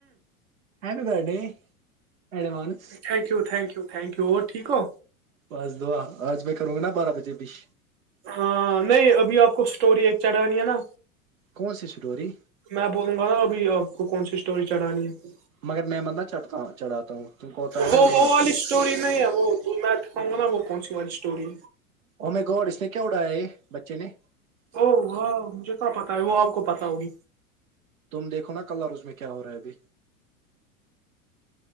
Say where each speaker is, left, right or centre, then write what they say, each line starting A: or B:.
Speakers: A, on the right; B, on the right.
A: happy birthday advance
B: thank you thank you thank you اور ٹیک ہو
A: پس دعا آج میں کروں گا نا بارہ بجے بھیش
B: ہاں نہیں ابھی آپ کو اسٹوری ایک چڑھانی ہے نا
A: کون سی اسٹوری
B: میں بولوں گا نا ابھی آپ کو کون سی اسٹوری چڑھانی ہے
A: مگر میں مت نہ چڑھتا چڑھاتا ہوں تم کو ہوتا ہے نا
B: وہ
A: میل
B: وہ والی اسٹوری نہیں ہے وہ تو میں اٹھاؤںا وہ کون سی والی اسٹوری
A: ا میں گوڈ اس نے کیا اڑایا ہے بچے نے
B: او و مجھے کیا پتاہ ہے وہ آپ کو پتا ہوگا
A: تم دیکھو نا کلر اور اس میں کیا ہو رہا ہے ابھی